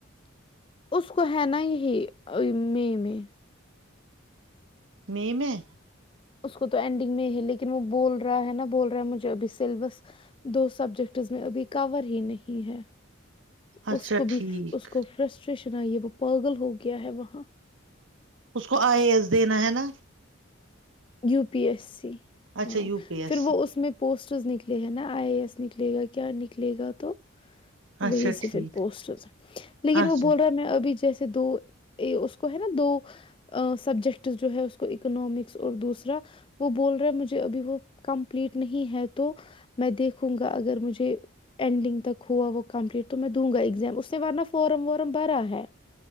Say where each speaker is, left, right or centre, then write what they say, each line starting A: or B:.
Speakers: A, on the left; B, on the right.
A: اس کو ہے نا یہی مے میں
B: م میں
A: اس کو تو اینڈنگ میں ہی ہے لیکن کہ وہ بول رہا ہے نا بول رہا ہیں مجھے ابھی سلیبس دو سبجیکٹ میں ابھی کور ہی نہیں ہے
B: اچھا
A: اس کو
B: ٹھیک
A: بھی اس کو فرسٹریشن یہ وہ پاگل ہو گیا ہے وہاں
B: اس کو آئی ا ایس دینا ہے نا
A: یو پی ایس سی
B: اچھا
A: ہاں
B: یو پی ایس
A: پھر وہ
B: سی
A: اس میں پوسٹ ز نکلے ہیں نا آئی اے ایس نکلے گا کیا نکلے گا تو
B: اچھا
A: وہی سے
B: ٹھیک
A: پھر پوسٹ ہوتا لیکن
B: اچھا
A: وہ بول رہا میں ابھی جیسے سے دو یہ اس کو ہے نا دو سبجیکٹس جو ہے اس کو اکنامکس اور دوسرا وہ بول رہا مجھے ابھی وہ کمپلیٹ نہیں ہے تو میں دیکھوں گا اگر مجھے اینڈنگ تک ہوا وہ کمپلیٹ تو میں دوں گا ایگزام اس نے ارنہ فارم وارم بھرا ہے